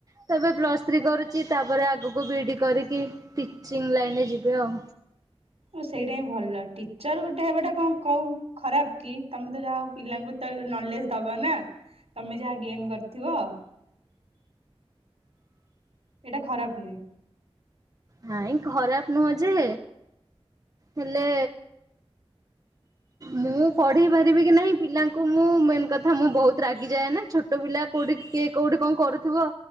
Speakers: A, on the right (about 35°); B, on the right (about 80°).
A: ତ ଏବେ ପ୍ଲସ୍ ଥ୍ରୀ କରୁଛି ତାପରେ ଆଗକୁ ବି କରିକି ଟିଚିଂ ଲାଇନରେ ଯିବେ ଆଉ
B: ଓ ସେଇଟା ହିଁ ଭଲ ଟିଚର ଗୋଟେ ହେବାଟା କଣ କ ଖରାପ କି ତମେ ତ ଯାହା ହଉ ପିଲାଙ୍କୁ ତ ନଲେଜ ଦବ ନା ତମେ ଯାହା ଗେନ କରିଥିବ। ଏଟ ଖରାପ ନୁହ,
A: ହଁଇ ଖରାପ ନୁହଁ ଯେ ହେଲେ ମୁଁ ପଢେଇ ପାରିବି କି ନାହିଁ, ପିଲାଙ୍କୁ ମୁଁ ମେନ କଥା ମୁଁ ବହୁତ ରାଗିଯାଏ ନା ଛୋଟ ପିଲା କୋଉଠି କି କୋଉଠି କଣ କରୁଥିବ